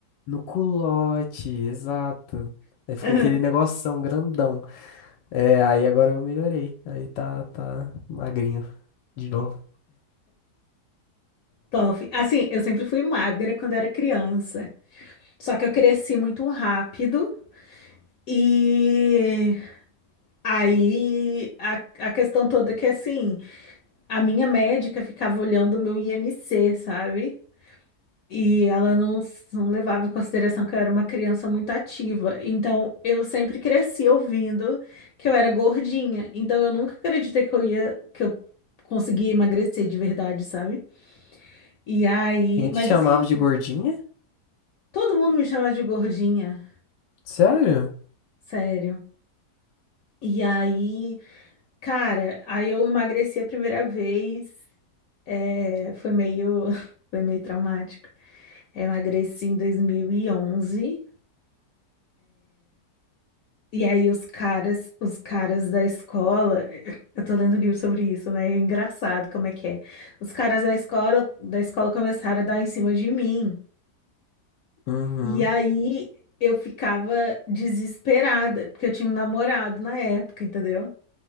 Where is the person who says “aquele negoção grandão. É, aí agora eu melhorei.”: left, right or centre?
Left